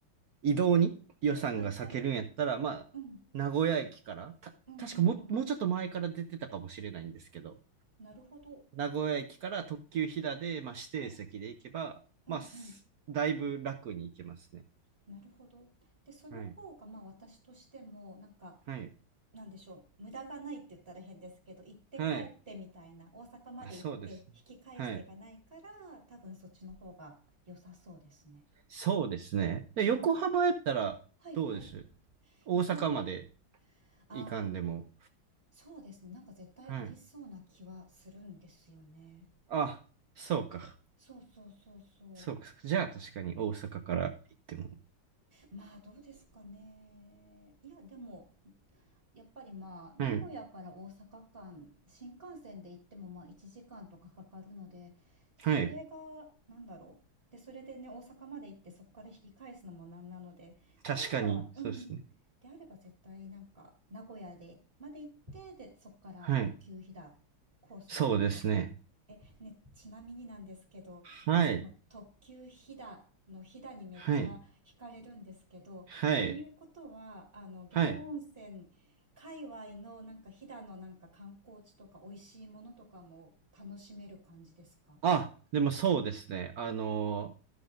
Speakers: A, on the right; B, on the right.
A: 移動に予算が割けるんやったら、
B: はいはいはい。
A: まあ、
B: うん。
A: 名古屋駅から、た、
B: うんうんうん。
A: 確かもう、もうちょっと前から出てたかもしれないんですけど、
B: なるほど。
A: 名古屋駅から特急ひだで、まあ、指定席で行けば、
B: はい。うん
A: まあ、すだいぶ楽に行けますね。
B: なるほど。で、その方が、
A: はい。
B: まあ、私としても、なんか、
A: はい。
B: なんでしょう、無駄がないって言ったら変ですけど、行って帰ってみたいな、
A: はい。
B: 大阪まで行って引き返してがないから、
A: あ、そうですね。はい。
B: 多分そっちの方が良さそうですね。
A: そうですね。で、
B: ね。
A: 横浜やったらどうです
B: はいはい。
A: 大阪まで
B: 横、あー、
A: 行かんでも。
B: そうですね。なんか絶対ありそうな気はするんですよね。
A: はい。あ、そうか。
B: そうそうそうそ
A: そうか。じゃあ確かに大阪から行っても。
B: う。まあ、どうですかね。いや、でも、やっぱりまあ、名古屋から大阪間、
A: はい。
B: 新幹線で行ってもまあ1時間とかかかるので、それが、
A: はい。
B: なんだろう。で、それでね、大阪まで行ってそこから引き返すのもなんなので、
A: 確かに。
B: であれば、
A: そうですね。
B: うん。であれば絶対なんか、名古屋で、まで行って、で、そこから特急飛騨コースですね。
A: はい。そうですね。
B: ね、ちなみになんですけど、
A: はい。
B: その特急ひだのひだにめっちゃ惹かれるんですけど、
A: はい。はい。
B: っていうことは、あの、下呂温泉界隈のなんかひだのなんか観光地とか美味しいものとかも楽しめる感じですか
A: はい。あ、でもそうですね。あのー